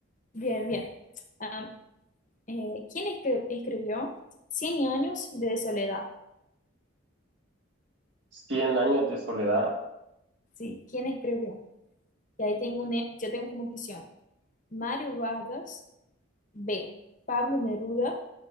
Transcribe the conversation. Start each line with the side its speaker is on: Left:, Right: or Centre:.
Left: Bien, bien. Am, eh, ¿quién escri- escribió Cien años de soledad?
Right: Cien años de soledad,
Left: Sí, ¿quién escribió? Y ahí tengo un e- yo tengo como opción Mario Vargas, B, Pablo Neruda,